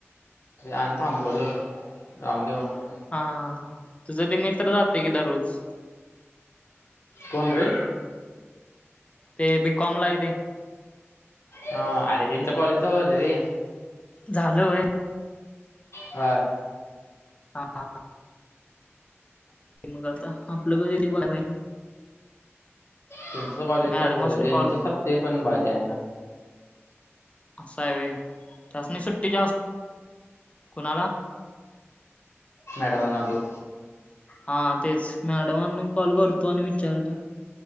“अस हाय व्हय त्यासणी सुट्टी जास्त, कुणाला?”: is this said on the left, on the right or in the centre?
Left